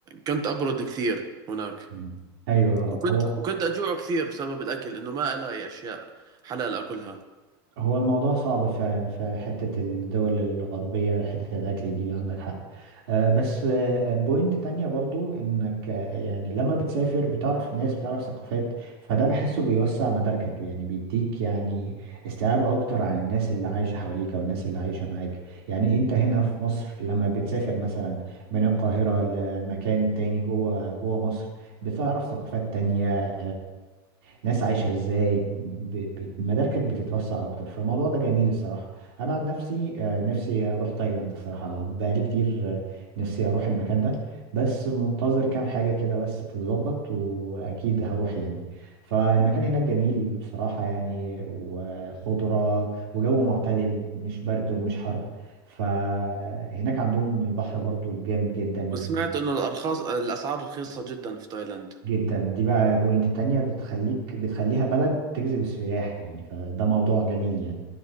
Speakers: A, on the right (about 30°); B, on the right (about 80°).
A: كنت ابرد كثير هناك
B: مم. ايوه آه،
A: وكنت
B: هو
A: وكنت اجوع كثير بسبب الاكل انه ما الاقي اشياء حلال اكلها
B: هو الموضوع صعب فعلا في حتة الدول الغربية حتة الأكل دي عندك حق آه، بس آه، بوينت تانية برضو إنك آه، يعني لما بتسافر بتعرف ناس بتعرف ثقافات فده بحسه بيوسع مداركك يعني بيديك يعني استيعاب أكتر عن الناس اللي عايشة حواليك أو الناس اللي عايشة معاك يعني أنت هنا في مصر لما بتسافر مثلا من القاهرة لمكان تاني جوه جوه مصر بتعرف ثقافات تانية ناس عايشه ازاي ب- ب- مداركك بتتوسع اكتر فالموضوع ده جميل الصراحه انا عن نفسي آه، نفسي اروح تايلاند الصراحه بقالي كتير آه، نفسي اروح المكان ده بس منتظر كام حاجه كده بس تتظبط واكيد هروح يعني فالمكان هناك جميل بصراحه يعني وخضره وجو معتدل مش برد ومش حر فهناك عندهم البحر برضو جامد جدا
A: وسمعت انه الارخاص الاسعار رخيصه جدا في تايلاند
B: جدا دي بقى بوينت تانية بتخليك بتخليها بلد تجذب السياح يعني فده موضوع جميل يعني